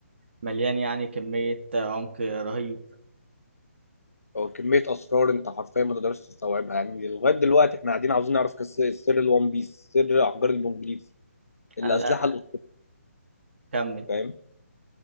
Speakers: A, on the right (about 50°); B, on the left (about 75°).
A: مليان يعني كمية آه، عمق رهيب
B: هو كمية أسرار أنت حرفيا ما تقدرش تستوعبها يعني لغاية دلوقتي إحنا قاعدين عاوزين نعرف قصة سر الون بيس سر أحجار البونجليف الأسلحة
A: آه لا
B: الأسطورية
A: كمل
B: فاهم